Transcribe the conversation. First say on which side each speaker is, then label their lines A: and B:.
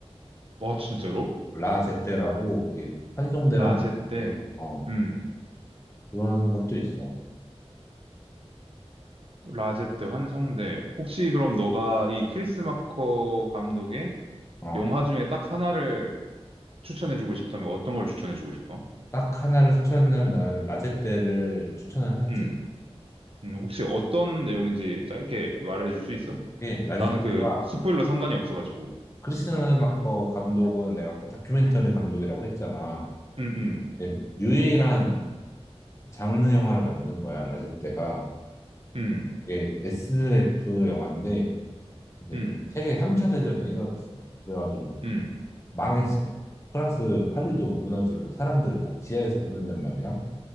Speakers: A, on the right (about 60°); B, on the left (about 25°).
A: 와, 진짜로?
B: 라제떼라고 이게 환송대라는
A: 라제 때,
B: 데 어,
A: 음,
B: 그런 것도 있어.
A: 라제 때 환송대. 혹시 그럼 너가 이 크리스 마커 감독의
B: 어,
A: 영화 중에 딱 하나를 추천해주고 싶다면 어떤 걸 추천해주고 싶어?
B: 딱 하나를 추천한다면 나는 라제떼를 추천을 하지.
A: 음, 음, 혹시 어떤 내용인지 짧게 말해줄 수 있어?
B: 이게 라제떼가
A: 나는 그 스포일러 상관이 없어가지고.
B: 크리스티아노 르마커 감독은 내가 아까 다큐멘터리 감독이라고 했잖아.
A: 음, 음,
B: 예, 유일한 장르 영화를 만든 거야, 라제떼가
A: 음,
B: 이게 SF 영화인데 이제
A: 음,
B: 세계 3차 대전이 일어났어. 그래가지고
A: 음,
B: 망했어. 프랑스 파리도 무너지고 사람들을 다 지하에서 보낸단 말이야.